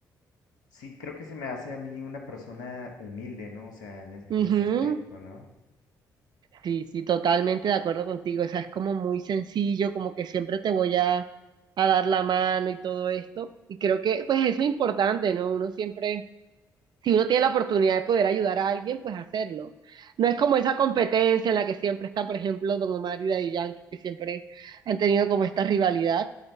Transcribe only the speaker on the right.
¿no?
Sí, sí, totalmente de acuerdo contigo. O sea, es como muy sencillo, como que siempre te voy a, a dar la mano y todo esto. Y creo que, pues, eso es importante, ¿no? Uno siempre, si uno tiene la oportunidad de poder ayudar a alguien, pues hacerlo. No es como esa competencia en la que siempre está, por ejemplo, Don Omar y Daddy Yankee, que siempre han tenido como esta rivalidad.